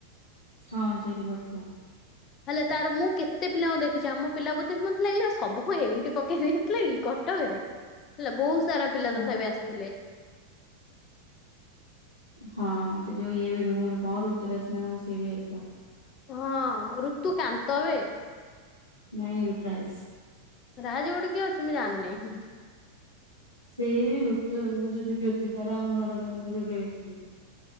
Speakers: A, on the right (about 90°); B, on the left (about 30°).
A: ହଁ ସେଇଟି ପଡ଼ିଥିଲା।
B: ହେଲେ ତାର ମୁଁ କେତେ ପିଲାଙ୍କୁ ଦେଖିଚି ଆମ ପିଲା ମୋତେ ଲାଗିଲି ସବୁ କ ଏଇଠି ପକେଇ ଦେଇଥିଲେ କି କଟକରେ, ହେଲା ବହୁତ ସାରା ପିଲା
A: ହଁ
B: ତଥାପି ଆସିଥିଲେ।
A: ହଁ ସେ ଯଉ ଇଏ ବି ରୁ କଣ ରୁ ଋତୁରାଜ ସେ ବି ଯାଇଥିଲା।
B: ହଁ ଋତୁ କାନ୍ତ ବେ।
A: ନାଇଁ ଋତୁରାଜସ୍।
B: ରାଜ ଗୋଟେ କିଏ ଅଛି ମୁଁ ଜାଣିନେହିଁ।
A: ସେ ବି ଋତୁ ଜ୍ୟୋତି ସାରଙ୍କ ଘର ପାଖରେ ରୁହେ ସେ।